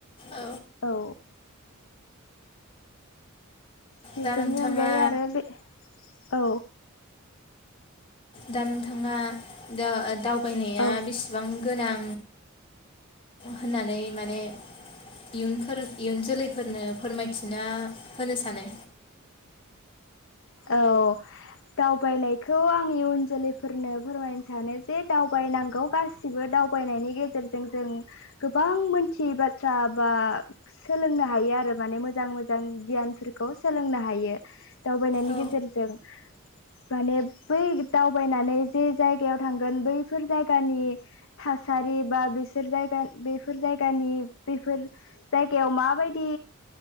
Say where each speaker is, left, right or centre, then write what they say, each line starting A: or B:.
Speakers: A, on the left (about 25°); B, on the left (about 65°).
A: औ
B: औ। बेफोरनि
A: दा नोंथाङा
B: अनगायै आरो बे औ।
A: दा नोंथाङा दा दावबायनाया
B: औ
A: बेसेबां गोनां होननानै माने इयुनफोर इयुन जोलैफोरनो फोरमाय थिना होनो सानो?
B: औ दावबायनायखौ आं इयुन जोलैफोरनो फोरमायनो सानो जे दावबायनांगौ गास सिबो दावबायनायनि गेजेरजों जों गोबां मोनथियै बाथ्रा बा सोलोंनो हायो आरो माने मोजां मोजां गियानफोरखौ सोलोंनो हायो दावबायनायनि
A: औ
B: गेजेरजों। माने बै दावबायनानै जे जायगायाव थांगोन बैफोर जायगानि थासारि बा बेसोर जायगा बेफोर जायगानि बेफोर जायगायाव माबायदि